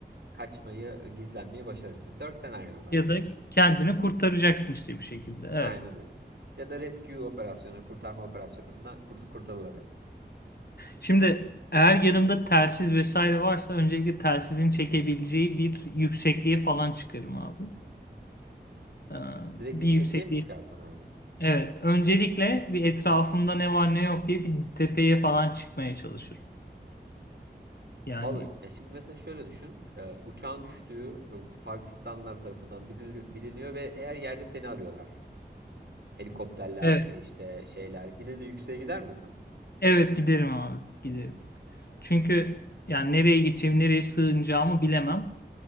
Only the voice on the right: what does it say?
kaçmayı, gizlenmeyi başarırsın. Dört senaryo var
gibi
düşün.
Aynen öyle. Ya da rescue operasyonu, kurtarma operasyonundan kurt kurtarılabilir.
Direkt
yüksekliğe
mi çıkarsın abi?
Al, ya şimdi mesela şöyle düşün. E, uçağın düştüğü e, Pakistanlılar tarafından bilini- biliniyor ve eğer yerde seni arıyorlar. Helikopterler
e, işte şeyler. Yine de yükseğe gider misin?